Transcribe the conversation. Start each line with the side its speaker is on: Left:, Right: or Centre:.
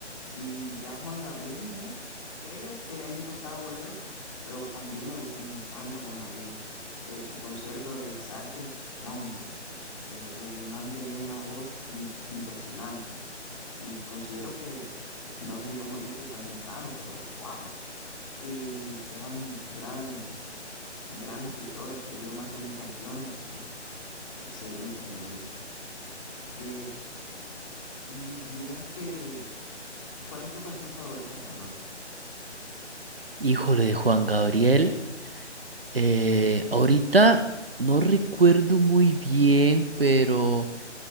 Left: Y ya Juan Gabriel, no creo que le haya escuchado boleros, pero también me, gus- me encanta Juan Gabriel. Eh, su concierto de Bellas Artes, no hombre, eh, el man tenía una voz in- impresionante. Y considero que <laughs> no debió morirse tan temprano, pero wow. Y era un gran, gran escritor, escribió más de mil canciones y excelente Juan Gabriel. Eh, y dirías que, ¿cuál es tu canción favorita de Juan Gabriel?
Right: Híjole, de Juan Gabriel. eh, ahorita no recuerdo muy bien, pero